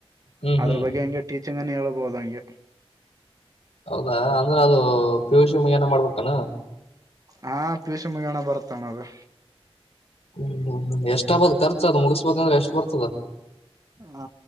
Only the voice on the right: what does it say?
ಅದ್ರ
ಬಗ್ಗೆ ಹಂಗೆ ಟೀಚಿಂಗ್ ಅನ ಹೇಳ್ಬಹುದು ಹಂಗೆ
ಹಾ ಪಿಯೂಷ ಮಗಣ ಬರ್ತಣ ಅದು
ಹ